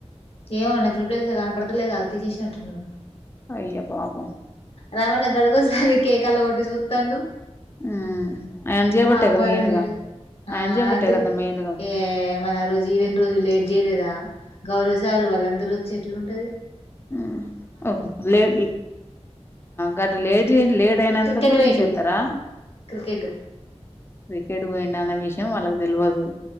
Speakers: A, on the left; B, on the left.
A: ఏమోండి ప్రిపరేషన్ కనపడతలేగా తీసేసినట్టున్నారు
B: అయ్య పాపం
A: రమణ గడికోసారి కేకలా కొట్టి చూత్తండు
B: ఉమ్ ఆయన చేయబట్టేగా
A: ఆబారం
B: మెయిన్గా
A: లేరు ఆ
B: ఆయన చేయబట్టే
A: క
B: కదా మెయిన్గా
A: ఏ మళ ఆ రోజు ఈవెన్ రోజు లేట్ చేయలేదా గౌరవశారు వాళ్ళందరూ వచ్చి ఎట్లుంటుంది
B: మ్మ్ ఓకే లేట్ గట్ లేట్ చేసి లేట్ అయినందుకు
A: క్రికెట్ పోయిండు
B: తీసేస్తారా
A: క్రికెట్
B: క్రికెట్ పోయిండు అన్న విషయం వాళ్ళకు తెల్వదు